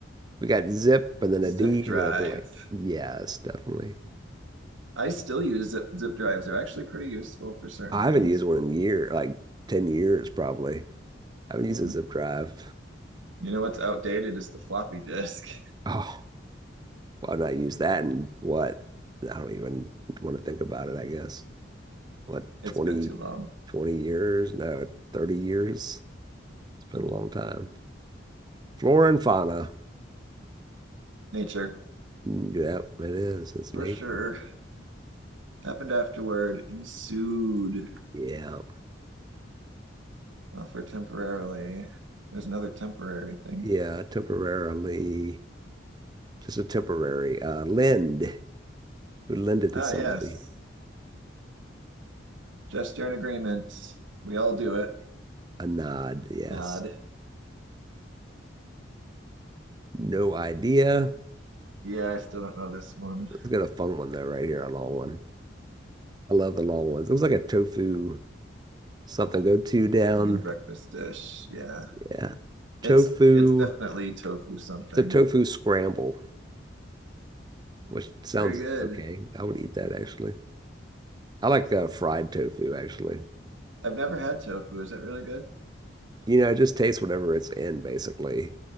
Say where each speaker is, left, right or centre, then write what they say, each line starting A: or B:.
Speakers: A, on the right (about 20°); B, on the right (about 80°).
A: We got zip and then
B: Zip
A: a D
B: drive.
A: and then a blank. Yes, definitely.
B: I still use zip zip drives. They're actually pretty useful for certain
A: I
B: things.
A: haven't used one in year, like 10 years probably. I haven't
B: Hmm.
A: used a zip drive.
B: You know what's outdated is the floppy disk. <laughs>
A: Oh, why not use that and what? I don't even want to think about it, I guess. What,
B: It's
A: twenty,
B: been too long.
A: 20 years? No, 30 years. It's been a long time. Flora and fauna.
B: Nature,
A: Mm, Yep, it is. It's
B: for
A: nature.
B: sure. Happened afterward. Ensued.
A: Yeah.
B: Well, for temporarily, there's another temporary thing.
A: Yeah, temporarily. Just a temporary uh lend. We lend it
B: Ah,
A: to somebody.
B: yes. Gesture and agreement. We all do it.
A: A nod, yes.
B: Nod.
A: No idea.
B: Yeah, I still don't know this one.
A: Let's get a fun one though, right here, a long one. I love the long ones. It Looks like a tofu something. Go two down.
B: Vegan breakfast dish. Yeah.
A: Yeah. Tofu.
B: It's it's definitely tofu something.
A: It's a tofu scramble, which sounds
B: Very good.
A: okay. I would eat that actually. I like uh, fried tofu actually.
B: I've never had tofu. Is it really good?
A: You know, it just tastes whatever it's in basically.